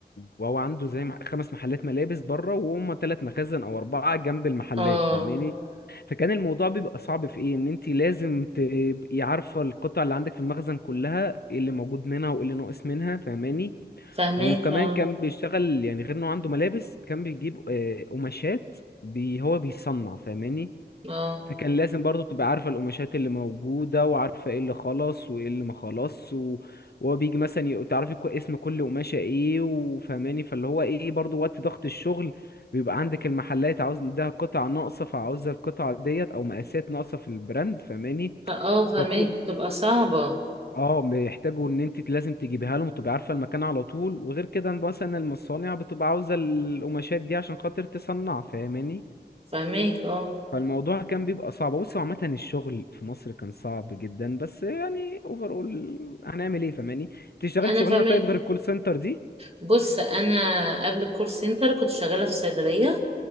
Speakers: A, on the left; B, on the right.
A: وهو عنده زي مح- خمس محلات ملابس بره وهم تلات مخازن او اربعه جنب المحلات
B: اه
A: فاهماني فكان الموضوع بيبقى صعب في ايه ان انت لازم تبقي عارفه القطع اللي عندك في المخزن كلها ايه اللي موجود منها وايه اللي ناقص منها فاهماني
B: فاهماك
A: وكمان
B: اه
A: كان بيشتغل يعني غير انه عنده ملابس كان بيجيب آه، قماشات بي هو بيصنع فاهماني
B: اه
A: فكان لازم برضو تبقى عارفة القماشات اللي موجودة وعارفة ايه اللي خلص وايه اللي ما خلص و... وهو بيجي مثلا ي- تعرفي كو- اسم كل قماشة ايه وفهماني فاللي هو ايه برضو وقت ضغط الشغل بيبقى عندك المحلات عاوز عندها قطع ناقصة فعاوزة القطعة ديت او مقاسات ناقصة في البراند فهماني
B: فاه فاهماك
A: فبتبقى
B: بتبقى صعبه
A: اه بيحتاجوا ان انت لازم تجيبيها لهم وتبقى عارفة المكان على طول وغير كده مثلا المصانع بتبقى عاوزة القماشات دي عشان خاطر تصنع فاهماني
B: فاهماك اه
A: فالموضوع كان بيبقى صعب بص هو عامة الشغل في مصر كان صعب جدا بس يعني اوفر اول هنعمل ايه فاهماني انت اشتغلت
B: انا
A: شغلانة
B: فاهمك
A: طيب غير الكول سنتر دي
B: بص انا قبل الكول سنتر كنت شغاله في صيدليه